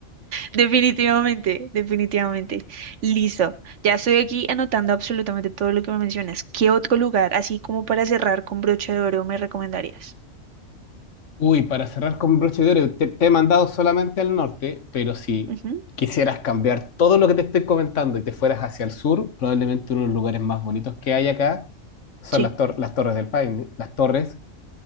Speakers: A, on the right; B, on the left.
A: Definitivamente, definitivamente. Listo. Ya estoy aquí anotando absolutamente todo lo que me mencionas. ¿Qué otro lugar, así como para cerrar con broche de oro, me recomendarías?
B: Uy, para cerrar con broche de oro, te, te he mandado solamente al norte, pero si
A: Ujú,
B: quisieras cambiar todo lo que te estoy comentando y te fueras hacia el sur, probablemente uno de los lugares más bonitos que hay acá son
A: Sí,
B: las, tor- las Torres del Paine, las Torres